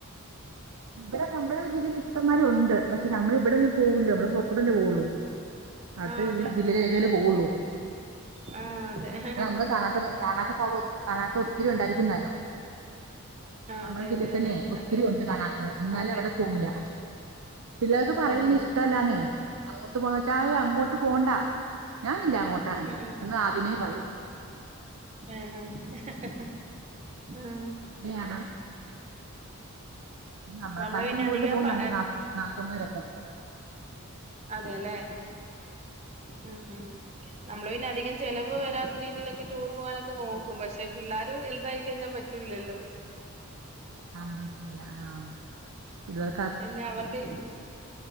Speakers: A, on the right; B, on the right.
A: ഇവിടെ നമ്മുടെ ജില്ലയില് ഇഷ്ടന്മാരി ഉണ്ട് പക്ഷെ നമ്മള് ഇവിടെന്ന് പോവുലല്ലോ നമ്മള് പൊറത്തൂടി അല്ലെ പോവുള്ളൂ. അടുത്ത
B: ആഹ് അതെ അതെ
A: ജില്ല ജില്ലയിലേക്കല്ലേ
B: അതെ
A: പോവൊള്ളൂ.
B: അതെ ആഹ് അതെ ആഹ്
A: നമ്മള് കാണാത്ത കാണാത്ത ഭാഗം കാണാത്ത ഒത്തിരി ഉണ്ടായിരിക്കും താനും. നമ്മടെ
B: അതെ
A: ജില്ലയിൽ
B: അതെ അതെ
A: തന്നെ ഒത്തിരി
B: അതെ
A: ഉണ്ട് കാണാത്തത്. എന്നാലും
B: അതെ
A: അവിടെ പോവൂല പിള്ളേർക്ക് പറയതിന്
B: ആഹ് ആഹ് ആഹ്
A: ഇഷ്ടം ല്ലാന്നെ അങ്ങോട്ട് പോണോച്ചാ ഏയ് അങ്ങോട്ട് പോണ്ട. ഞാനില്ല അങ്ങോട്ടാണെങ്കിൽ
B: ഉം ഉം
A: എന്ന്
B: ഉം
A: ആദ്യമേ പറയും
B: ആഹ് ആഹ് ആഹ്
A: ഫ്രീയാണോ പിന്നെ നമ്മൾകാട്ടിം
B: നമ്മള് പിന്നെ
A: കൂടുതൽ
B: അധികം
A: പോകും
B: പ
A: നമ്മുടെ നാത്തുൻ നാത്തൂൻ മാരൊക്കെ.
B: അതേല്ലേ ഉം ഉം നമ്മള് പിന്നെ അധികം ചെലവ് വരാത്ത രീതിയിലൊക്കെ ടൂർ പോകാനൊക്കെ നോക്കും പക്ഷെ പിള്ളേർ വലുതായി കഴിഞ്ഞാൽ പറ്റൂലല്ലോ.
A: ആഹ് പറ്റുല ആഹ് പിള്ളേർ
B: പിന്നെ അവരുടെ